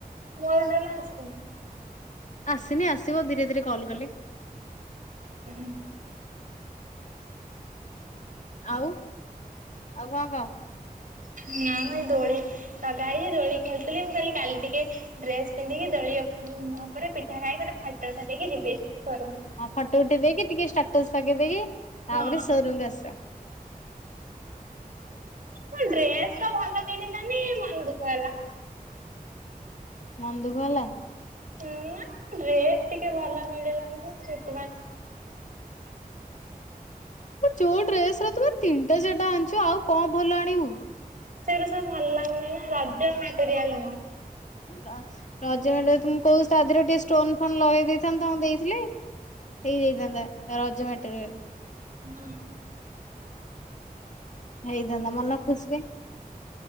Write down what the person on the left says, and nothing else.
ଆସିନି ଆସିବ ଧୀରେ ଧୀରେ କଲ କଲେ
ଆଉ ଆଉ କଣ କହ
ହଁ ଫଟୋ ଉଠି ଦେଇକି ଟିକେ ଷ୍ଟା ଟୋସା କବେ କୀ ବେ। ତା
ପରେ ସୋରୁମରୁ ଆସ।
ମନଦୁଃଖ ହେଲା।
ଚୋଉ ଡ୍ରେସ ରେ ତ ତୁ ପା ତିନଟାଚାଟା ଆଣିଛୁ ଆଉ କଣ ହବ ଭଲ ଆଣିବୁ।
ର ରଜ ତୁମକୁ କହୁଛି ତା ଦେହରେ ଟିକେ ଷ୍ଟୋନ ଫୋନ ଲଗେଇ ଦେଇ ତାଙ୍କୁ ଦେଇଥିଲେ ହେଇଯାଇଥାନ୍ତା ରଜଭା ଏ
ହେଇଥାନ୍ତା ମନ ଖୁସି